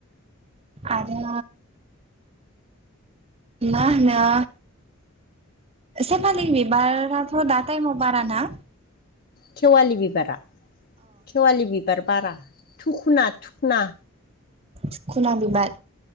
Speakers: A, on the right; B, on the left.
A: आरो मा होनो सेफालि बिबाराथ दा टाइमाव बारा ना
B: खेवालि बिबारा खेवालि बिबार बारा थुखना थुखना
A: सुखुना बिबार